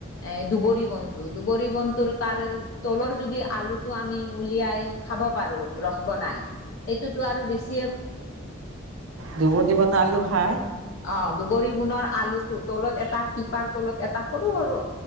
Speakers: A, on the left; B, on the right.
A: এ-দুবৰি বনটো, দুবৰি বনটোুৰ তাৰ-তলৰ যদি আলুটো আমি উলিয়াই খাব পাৰো ৰস বনাই এইটোতো আৰু বেছি
B: <inaudible> আলু খাই
A: অ' দুবৰি বুনৰ আলুটো তলত এটা শিপাৰ তলত এটা সৰু সৰু